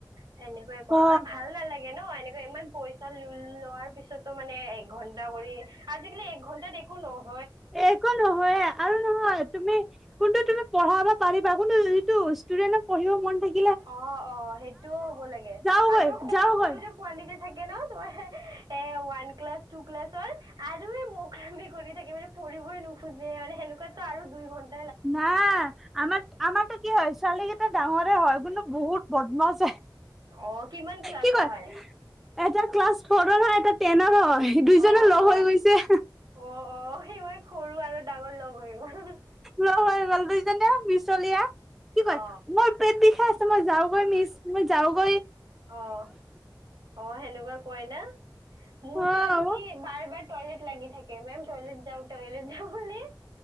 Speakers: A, on the right; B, in the centre.
A: সেনেকে কৰো,
B: অ
A: আৰু ভাল নালাগে। ন এনেকুৱা ইমান পইচা লো লোৱাৰ পিছতো মানে। এক ঘণ্টা কৰি, আজিকালি এক ঘণ্টাত একো নহ।
B: এ, একো নহয়। আৰু নহয় তুমি। কিন্তু, তুমি পঢ়াবা পাৰিবা। কিন্তু যিটো ষ্টুডেণ্টক পঢ়িব মন থাকি
A: অ', অ' সেইটোও হ'ব লাগে।
B: যাওগৈ
A: আৰু তুমি সৰু
B: যাওগৈ
A: সৰু যে পোৱালি যে। থাকে ন তোমাৰ। এ, ওৱান ক্লাছ টু ক্লাছৰ আৰু এ, মোক মেকুৰি থাকে মানে। কৰিবই নোখোঁজে মানে, সেনেকুৱাতো আৰু দুই ঘণ্টা।
B: নাই আমাৰ আমাৰতো কি হয় ছোৱালীকেইটা ডাঙৰ সেইটো হয় কিন্তু বহুত বদমাছ
A: অ কিমান ক্লাছৰ
B: কি কয়
A: হয়
B: এটা ক্লাছ ফ'ৰৰ হয় এটা টেনৰ হয়। দুইজনে
A: অ
B: লগ
A: অ
B: হৈ গৈছে।
A: অ অ' সি মই সৰু আৰু ডাঙৰ লগ হৈ গ'ল।
B: লগ হৈ <unintelligible> মিছলীয়া কি কয়
A: অ
B: মোৰ পেট বিষাই আছে মই যাওগৈ মিছ মই যাওগৈ।
A: অ'- অ' সেনেকুৱা কয় না মোৰতো
B: অ'
A: আৰু কি বাৰ টয়লেট লাগি থাকে মেম তয়লেট যাওঁ টয়লেট যাওঁ বুলি